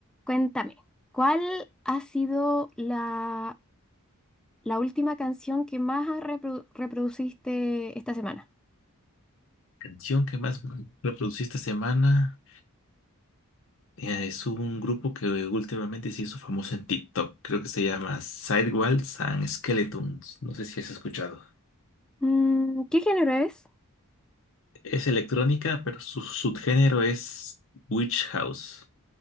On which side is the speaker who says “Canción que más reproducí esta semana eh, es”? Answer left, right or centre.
Left